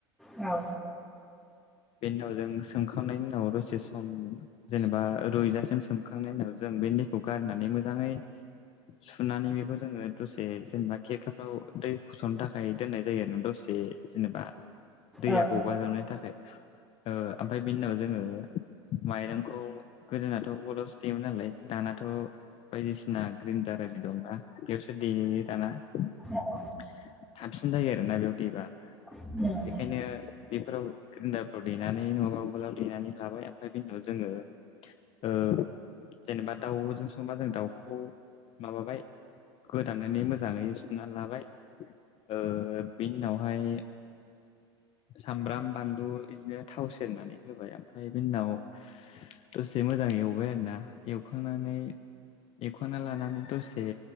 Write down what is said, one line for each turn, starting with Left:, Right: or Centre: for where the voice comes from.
Centre: औ
Left: बेनि उनाव जों सोमखांनायनि उनाव दसे सम जेनेबा रुइजासिम सोमखांनायनि उनाव जों बे दैखौ गारनानै मोजाङै सुनानै बेखौ जोङो दसे जेनेबा खेरखाफ्राव दै फसरनो थाखाय दोननाय जायो आरोना दसे। जेनेबा दैया
Centre: औ
Left: गगाजोबनायनि थाखाय ओ ओमफ्राय बेनि उनाव जोङो माइरंखौ गोदोनाथ' उवालावसो देयोमोन नालाय दानाथ' बायदिसिना ग्रिनदार आरि दंना। बेयावसो देयो दाना थाबसिन
Centre: औ
Left: जायो आरोना बेयाव देबा।
Centre: <unintelligible>
Left: बेखायनो बेफोराव ग्रिन्डार फ्राव देनानै नङाबा उवालाव देनानै लाबाय ओमफ्राय बिनि उनाव जोङो ओ जेनेबा दाउजों संबा जों दाउखौ माबाबाय गोदानानै मोजाङै सुनानै लाबाय। ओ बिनि उनावहाय सामब्राम बानलु बिदिनो थाव सेरनानै होबाय ओमफ्राय बिनि उनाव दसे मोजां एवबाय आरोना एवखांनानै एवखांना लानानै दसे